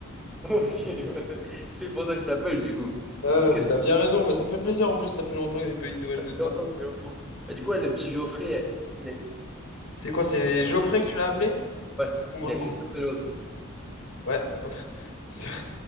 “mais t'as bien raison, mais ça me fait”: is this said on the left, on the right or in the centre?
Left